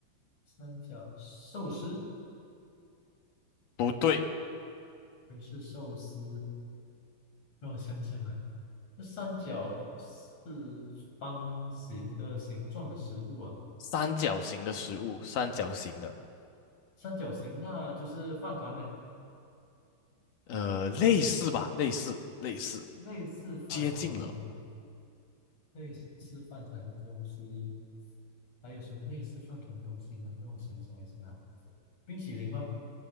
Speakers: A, on the left (about 35°); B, on the left (about 60°).
A: 三角寿司，
B: 不对，
A: 不是寿司，让我想想啊，那三角是方形的形状的食物啊，
B: 三角形的食物，三角形的，
A: 三角形那就是饭团呗，
B: 呃，类似吧，类似，类似，
A: 类似饭团的东，
B: 接近了。
A: 类似饭团的东西，还有什么类似饭团的东西呢？让我想想一下啊，冰淇淋吗？